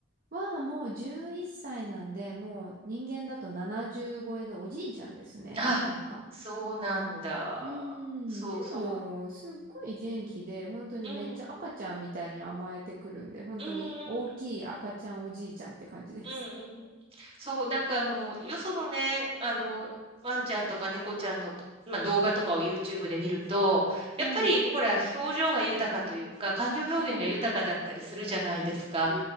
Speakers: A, on the right (about 45°); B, on the right (about 30°).
A: はもう11歳なんで、もう人間だと70超えでおじいちゃんですね、
B: あ、
A: なかなか。
B: そうなんだ。
A: うーん、
B: そうそう。
A: でも、すっごい元気で、本当にめっちゃ赤ちゃんみたいに甘えてくるんで、
B: うん、うん、
A: 本当に大きい赤ちゃんおじいちゃんって感じです。
B: うん、うん、うん。そう、なんかあの、よそのね、あの、ワンちゃんとか猫ちゃんの、まあ、動画とかを YouTube で見ると、
A: <laughs> はい。
B: やっぱりほら、表情が豊かというか、感情表現が豊かだったりするじゃないですか。
A: うん。う